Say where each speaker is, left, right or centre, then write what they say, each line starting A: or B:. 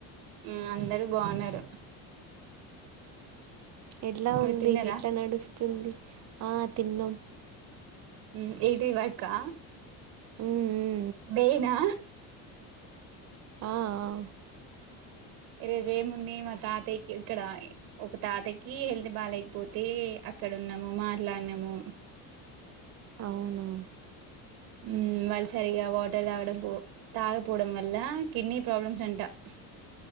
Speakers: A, on the right; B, on the right.
A: ఊ అందర బావున్నారు.
B: ఎట్లా
A: మీరు
B: ఉంది
A: తిన్నారా
B: ఎట్ల నడుస్తుంది. ఆ తిన్నం.
A: ఉమ్ ఏంటి వర్కా
B: ఊ ఊ
A: డే నా
B: ఆఆ
A: ఈరోజేముంది మా తాతయ్య కి ఇక్కడ ఒక తాతకి హెల్త్ బాలేకపోతే అక్కడున్నమూ మాట్లాడినమూ
B: ఆ అవునా
A: మ్మ్ వాళ్లుసరిగా వాటర్ తాగడం పో తాగపోవడం వల్ల కిడ్నీ ప్రాబ్లమ్స్ అంట. <inaudible> <unintelligible>